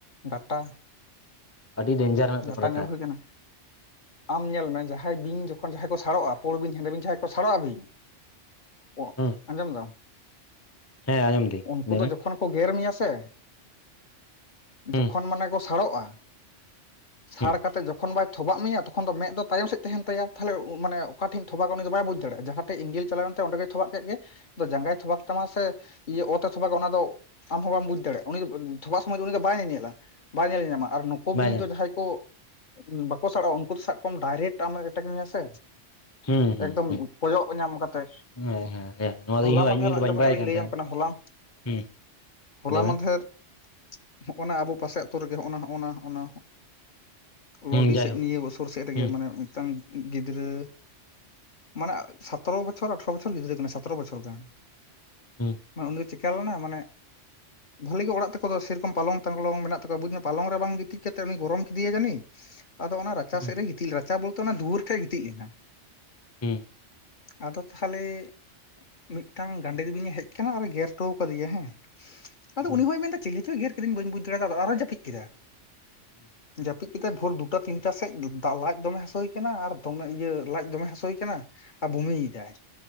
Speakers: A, on the left; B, on the left.
A: ᱰᱟᱴᱟ
B: ᱟᱹᱰᱤ ᱰᱮᱧᱡᱟᱨ ᱢᱮᱱᱟᱜ ᱛᱟᱠᱚᱣᱟ
A: ᱰᱟᱴᱟ ᱧᱮᱞ ᱦᱩᱭ ᱠᱟᱱᱟ᱾ ᱟᱢ ᱧᱮᱞ ᱢᱮ ᱡᱟᱦᱟᱸᱭ ᱵᱤᱱ ᱡᱚᱠᱷᱚᱱ ᱡᱟᱦᱟᱸᱭ ᱠᱚ ᱥᱟᱲᱚᱜ-ᱟ ᱯᱩᱲ ᱵᱤᱧ ᱦᱮᱸᱫᱮ ᱵᱤᱧ ᱡᱟᱦᱟᱸᱭ ᱠᱚ ᱥᱟᱲᱚᱜ-ᱟ ᱵᱤᱧ ᱚᱸᱜ
B: ᱦᱩᱸ
A: ᱟᱸᱡᱚᱢ ᱫᱟᱢ
B: ᱦᱮᱸ ᱟᱸᱡᱚᱢ ᱫᱤᱧ
A: ᱩᱱᱠᱩ
B: ᱞᱟᱹᱭ
A: ᱫᱚ
B: ᱢᱮ
A: ᱡᱚ ᱠᱷᱚᱱ ᱠᱚ ᱜᱮᱨ ᱢᱮᱭᱟ ᱥᱮ
B: ᱦᱩᱸ
A: ᱡᱚᱠᱷᱚᱱ ᱢᱟᱱᱮ ᱠᱚ ᱥᱟᱲᱚᱜ-ᱟ ᱥᱟᱲ
B: ᱦᱩᱸ
A: ᱠᱟᱛᱮ ᱡᱚᱠᱷᱚᱱ ᱵᱟᱭ ᱛᱷᱚᱵᱟᱜ ᱢᱮᱭᱟ ᱛᱚᱠᱷᱚᱱ ᱫᱚ ᱢᱮᱫ ᱫᱚ ᱛᱟᱭᱚᱢ ᱥᱮᱫ ᱛᱟᱦᱮᱱ ᱛᱟᱭᱟ ᱛᱟᱦᱚᱞᱮ ᱩᱸ ᱢᱟᱱᱮ ᱚᱠᱟᱴᱷᱮᱧ ᱛᱷᱚᱵᱟᱜᱮ ᱩᱱᱤ ᱫᱚ ᱵᱟᱭ ᱵᱩᱡᱽ ᱫᱟᱲᱮᱜ-ᱟ ᱡᱟᱦᱟᱸ ᱴᱮᱡ ᱮᱸᱜᱮᱞ ᱪᱞᱟᱣᱮᱱ ᱛᱟᱭᱟ ᱚᱸᱰᱮ ᱜᱮ ᱛᱷᱚᱵᱟᱜ ᱠᱮᱫ ᱜᱮ ᱟᱫᱚ ᱡᱟᱸᱜᱟᱭ ᱛᱷᱚᱵᱟᱜ ᱛᱟᱢᱟ ᱥᱮ ᱤᱭᱟᱹ ᱚᱛᱮ ᱛᱷᱚᱵᱟᱜᱟ ᱚᱱᱟ ᱫᱚ ᱟᱢᱦᱚᱸ ᱵᱟᱢ ᱵᱩᱡᱽ ᱫᱟᱲᱮᱭᱟᱜ-ᱟ ᱩᱱᱤ ᱫᱚ ᱛᱷᱚᱵᱟᱜ ᱥᱚᱢᱚᱭ ᱫᱚ ᱩᱱᱤ ᱫᱚ ᱵᱟᱭ ᱧᱮᱧᱮᱞᱟ ᱵᱟᱭ ᱧᱮᱞ ᱧᱟᱧᱟᱢᱟ ᱟᱨ ᱱᱩᱠ ᱱᱩᱠᱩ
B: ᱵᱟᱭ
A: ᱵᱤᱧ
B: ᱟᱸᱡᱚᱢ
A: ᱫᱚ ᱡᱟᱦᱟᱸᱭ ᱠᱚ ᱵᱟᱠᱚ ᱥᱟᱲᱚᱜ-ᱟ ᱩᱱᱠᱩ ᱫᱚ ᱥᱟᱵ ᱠᱟᱢ ᱰᱟᱭᱨᱮᱠᱴ ᱟᱢᱮ ᱮᱴᱮᱠ ᱢᱮᱭᱟ ᱥᱮ
B: ᱦᱩᱸ ᱦᱩᱸ
A: ᱮᱠᱫᱚᱢ
B: ᱦᱩᱸ
A: ᱠᱚᱭᱚᱜ ᱧᱟᱢ ᱠᱟᱛᱮᱫ
B: ᱦᱮᱸ ᱦᱮᱸ ᱦᱮᱸ ᱱᱚᱣᱟ ᱫᱚ
A: ᱦᱚᱞᱟ
B: ᱤᱧᱦᱚᱸ
A: ᱢᱟᱫᱷᱮᱨ
B: ᱤᱧ ᱫᱚ
A: ᱟᱸᱡᱚᱢ
B: ᱵᱟᱹᱧ ᱵᱟᱲᱟᱭ
A: ᱢᱮ ᱛᱟᱦᱚᱞᱮᱧ
B: ᱠᱟᱱ
A: ᱞᱟᱹᱭᱟᱢ
B: ᱛᱟᱦᱮᱸᱱᱟ
A: ᱠᱟᱱᱟ ᱦᱚᱞᱟᱢ
B: ᱦᱩᱸ
A: ᱦᱚᱞᱟ
B: ᱞᱟᱹᱭ ᱢᱮ
A: ᱢᱟᱫᱮᱨ ᱠᱷᱚᱱᱟᱜ ᱟᱵᱚ ᱯᱟᱥᱮ ᱟᱹᱛᱩ ᱨᱮᱜᱮ ᱦᱚᱸᱜᱼᱚ ᱱᱟ ᱦᱚᱸᱜᱼ ᱱᱟ ᱞᱚᱰᱤ
B: ᱦᱩᱸ ᱡᱟᱭᱦᱳᱠ
A: ᱥᱮᱫ ᱱᱤᱭᱟᱹ ᱵᱚᱪᱷᱚᱨ ᱥᱮᱫ ᱨᱮᱜᱮ
B: ᱦᱩᱸ
A: ᱢᱟᱱᱮ ᱢᱤᱫᱴᱟᱱ ᱜᱤᱫᱽᱨᱟᱹ ᱢᱟᱱᱮ ᱥᱟᱛᱮᱨᱚ ᱵᱚᱪᱷᱚᱨ ᱟᱴᱷᱨᱚ ᱵᱚᱪᱷᱚᱨ ᱜᱤᱫᱽᱨᱟᱹ ᱠᱟᱱᱟᱭ ᱥᱟᱛᱮᱨᱚ ᱵᱚᱪᱷᱚᱨ ᱜᱟᱱ
B: ᱦᱩᱸ
A: ᱢᱟᱱᱮ ᱩᱱ ᱫᱚ ᱠᱮᱞᱱᱟ ᱢᱟᱱᱮ ᱵᱷᱟᱹᱞᱤ ᱜᱮ ᱚᱲᱟᱜ ᱛᱟᱠᱚᱫᱚ ᱥᱮ ᱨᱚᱠᱚᱢ ᱯᱟᱞᱚᱝ ᱴᱟᱞᱚᱝ ᱢᱮᱱᱟᱜ ᱛᱟᱠᱚᱣᱟ ᱵᱩᱡᱽ ᱢᱮ ᱯᱟᱞᱚᱝ ᱨᱮ ᱵᱟᱝ ᱜᱤᱛᱤᱡ ᱠᱟᱛᱮ ᱩᱱᱤ ᱜᱚᱨᱚᱢ ᱠᱮᱫᱮᱟᱭ ᱡᱟᱹᱱᱤᱡ ᱟᱫᱚ ᱚᱱᱟ ᱨᱟᱪᱟ
B: ᱦᱩᱸ
A: ᱥᱮᱫ ᱨᱮ ᱜᱤᱛᱤᱡ ᱨᱟᱪᱟ ᱵᱚᱞᱛᱮ ᱚᱱᱟ ᱫᱩᱣᱟᱹᱨ ᱴᱷᱮᱱ ᱜᱤᱛᱤᱡ ᱮᱱᱟ ᱾
B: ᱦᱩᱸ
A: ᱟᱫᱚ ᱛᱟᱦᱚᱞᱮ ᱢᱤᱫᱴᱟᱝ ᱜᱟᱸᱰᱮ ᱫᱤ ᱵᱤᱝ ᱦᱮᱡ ᱟᱠᱟᱱᱟ ᱟᱨ ᱜᱮᱨ ᱦᱚᱴᱚ ᱟᱠᱟᱫᱮᱭᱟ ᱦᱮᱸ ᱟᱫᱚ
B: ᱦᱩᱸ
A: ᱩᱱᱤ ᱦᱚᱭ ᱢᱮᱱ ᱮᱫᱟ ᱪᱤᱞᱤ ᱪᱚᱭ ᱜᱮᱨ ᱠᱮᱫᱟᱹᱧ ᱵᱟᱹᱧ ᱵᱩᱡᱽ ᱫᱟᱲᱮ ᱟᱫᱟ ᱟᱫᱚ ᱟᱨᱚ ᱡᱟᱹᱯᱤᱫ ᱠᱮᱫᱟ᱾
B: <inaudible>
A: ᱡᱟᱹᱯᱤᱫ ᱠᱮᱫᱟᱭ ᱵᱷᱳᱨ ᱫᱩᱴᱟ ᱛᱤᱱᱴᱟ ᱥᱮᱫ ᱞᱟᱡ ᱫᱚᱢᱮ ᱦᱟᱹᱥᱩᱭ ᱠᱟᱱᱟ ᱟᱨ ᱫᱚᱢᱮ ᱤᱭᱟᱹ ᱞᱟᱡ ᱫᱚᱢᱮ ᱦᱟᱹᱥᱩᱭ ᱠᱟᱱᱟ ᱾ ᱟᱨ ᱵᱷᱩᱢᱤ ᱫᱟᱭ